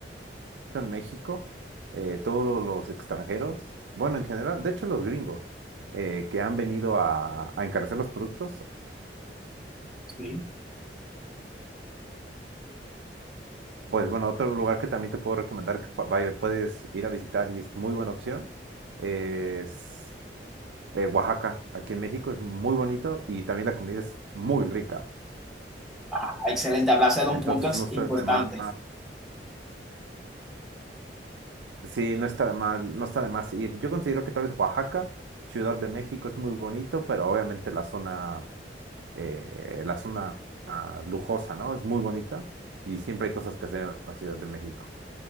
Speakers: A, on the right; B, in the centre.
A: en México eh, todos los extranjeros, bueno, en general, de hecho los gringos eh, que han venido a, a encarecer los productos
B: Sí.
A: Pues bueno, otro lugar que también te puedo recomendar que pu- vaya- puedes ir a visitar y es muy buena opción es eh, Oaxaca, aquí en México, es muy bonito y también la comida es muy rica.
B: Ah, Excelente, hablaste de
A: Entonces
B: un punto ex-
A: no está
B: importante.
A: de más, sí, no está de mal, no está de más ir. Yo considero que tal vez Oaxaca, Ciudad de México, es muy bonito, pero obviamente la zona, eh, la zona ah, lujosa, ¿no? Es muy bonita y siempre hay cosas que hacer en la Ciudad de México.